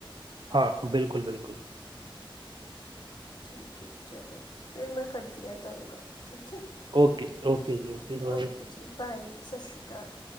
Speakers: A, on the right (about 60°); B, on the left (about 55°).
A: ਹਾਂ ਬਿਲਕੁਲ ਬਿਲਕੁਲ
B: ਠੀਕ ਏ, ਚਲੋ ਫਿਰ ਮੈਂ ਕਰਦੀ ਆਂ ਤੁਹਾਨੂੰ ਕੱਲ ਠੀਕ ਹੈ,
A: ਓਕੇ ਓਕੇ ਜੀ ਬਾਏ
B: ਓਕੇ ਜੀ, ਬਾਏ ਸਤਿ ਸ਼੍ਰੀ ਅਕਾਲ।